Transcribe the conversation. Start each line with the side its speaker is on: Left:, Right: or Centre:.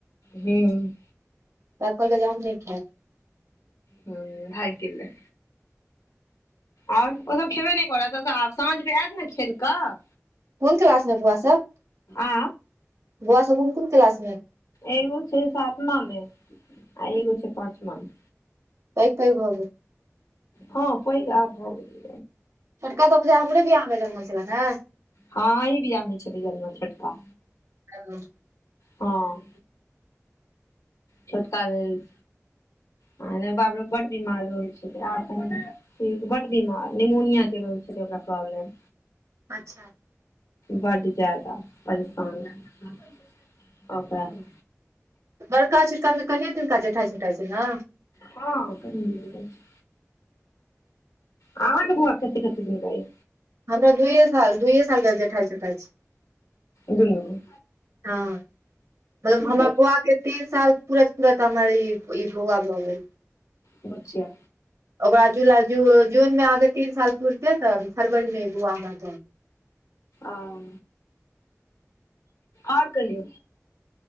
Left: हुँ
Right: रात कहलकै जे हम नय खैब
Left: हूँ भागि गेलै आओर ओसभ खेबे नय करत आब साँझ मे आयत न खेल कऽ
Right: कोन क्लास मे बौआ सब
Left: आ
Right: बौआ सब कोन कोन क्लास मे
Left: एगो छै सातमा मे आ एगो छै पाँचमा मे
Right: पैग पैग भऽ गेल
Left: हँ पैग आब भऽ गेलै
Right: छोटका तऽ बुझाय हमरे बियाह मे जन्मल छलै ने
Left: हँ अहीं बियाहमे छेलै जन्मल छोटका
Right: हँ
Left: हँ छोटका भेल हँ बापरौ बड्ड बीमार रहै छलै आब तऽ बड्ड बीमार निमोनिया के र छल ओकरा प्रॉब्लम
Right: अच्छा
Left: बड्ड जायदा परेशान ओकरा लऽ कऽ
Right: बड़का छोटकामे कनिये दिनका जेठाइ छोटाइ छै न
Left: हँ कनियें दिनका छै आहाँके बौआ कतेक कतेक दिनका ये
Right: हमरा दुइये साल दुइए सालके जेठाइ छोटाइ छै
Left: दुनू
Right: हँ मतलब हमरा
Left: छै
Right: बौआ के तीन साल पुरत पुरत हमरा ई बौआ भऽ गेल
Left: बुचिया
Right: ओकरा जुलाइ जूनमे अहाँके तीन साल पुरतै तऽ फरवरीमे अहाँ
Left: आओ आओर कहियौ